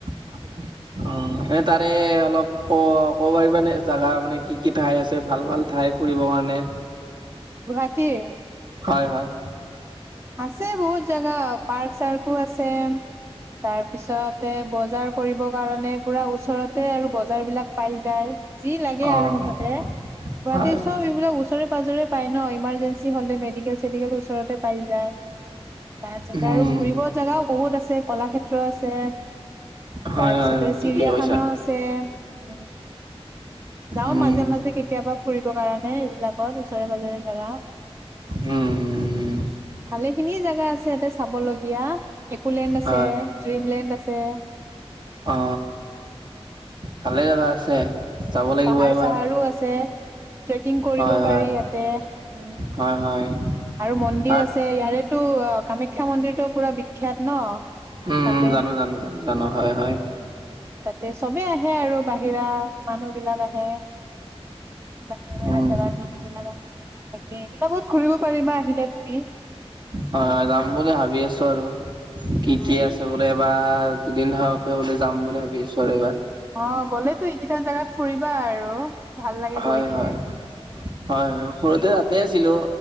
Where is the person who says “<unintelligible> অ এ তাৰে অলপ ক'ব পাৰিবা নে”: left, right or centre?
Right